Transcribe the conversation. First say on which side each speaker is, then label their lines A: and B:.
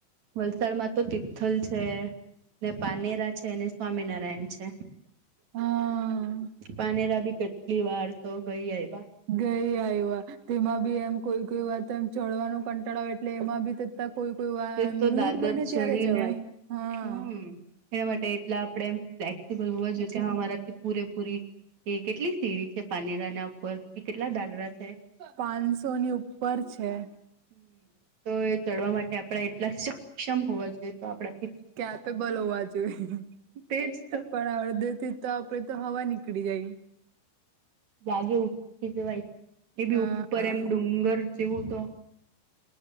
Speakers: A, on the right (about 45°); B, on the right (about 70°).
A: વલસાડમાં તો તિથલ છે ને પાનેરા છે અને સ્વામિનારાયણ છે
B: હા
A: પાનેરા બી કેટલી વાર તો ગઈ આઈવા
B: ગઈ આઈવા તેમાં બી એમ કોઈ કોઈ વાત એમ ચડવાનું કંટાળાવ એટલે એમાં બી કોઈ કોઈ વાર
A: તે તો
B: મૂડ
A: દાદર
B: બને
A: ચડીને
B: ત્યારે જવાય હા
A: હમ એના માટે એટલા આપડે એમ ફ્લેક્સિબલ હોય જોકે અમારાથી પૂરેપૂરી એ કેટલી સીડી છે પાનેરાના ઉપર થી કેટલા દાદરા છે.
B: પાંચસો ની ઉપર છે
A: હમ તો એ ચડવા માટે આપડે એટલા સક્ષમ હોવા જોઈએ. તો આપડા
B: ક્યા પે બલ હોવા જોઈએ
A: તેજ તો
B: પણ આડધે થી તો આપડે તો હવા નીકળી જાઈ.
A: જાગે એવું થાકી જવાય એ બી
B: હા
A: ઉપર એમ ડુંગર જેવું તો